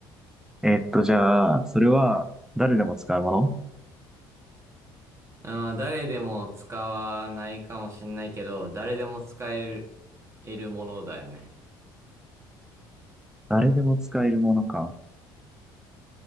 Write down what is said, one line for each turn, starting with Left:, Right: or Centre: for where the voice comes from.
Centre: えーっと、じゃあ、それは誰でも使うもの
Right: あー、誰でも使わないかもしんないけど、誰でも使える、得るものだよね。
Centre: 誰でも使えるものか。